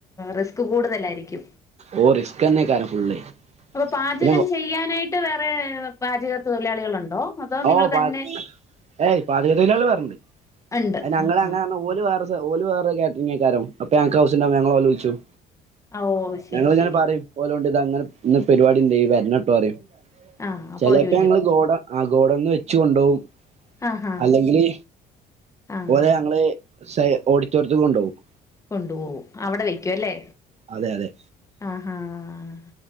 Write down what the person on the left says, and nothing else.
റിസ്ക് കൂടുതലായിരിക്കും
അപ്പൊ പാചകം
ചെയ്യാനായിട്ട് ട്ട് വേറെ പാചക തൊഴിലാളികളുണ്ടോ അതോ നിങ്ങൾ
തന്നെ
ഉണ്ട്
ആഹാ
ഓ ശരി
ശരി
ആഹ് അപ്പൊ
അവര് വരും
ആഹാ
ആഹ്
കൊണ്ടു പോകും അവിടെ വയ്ക്കും അല്ലേ
ആഹ് ആഹ്